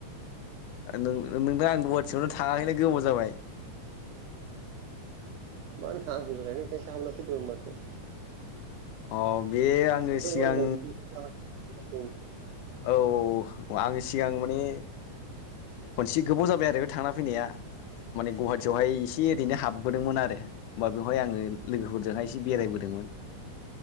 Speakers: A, on the left; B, on the right.
A: नोंथां आं गुवाहाटिआवनो थाङाखैलै गोबाव जाबाय
B: मानो थाङाखै बेलाय दाख्लैसो थांनानै फैदोंमोन माथो
A: अ बे आङो
B: नोंथ'
A: सिगां
B: गावनि <unintelligible> फैदों
A: औ औ आं सिगां माने खनसे गोबाव जाबाय आरो बे थांना फैनाया माने गुवाहाटियावहाय एसे ओरैनो हाबबोदोंमोन आरो होमबा बेवहाय आङो लोगोफोरजोंहाय एसे बेरायबोदोंमोन।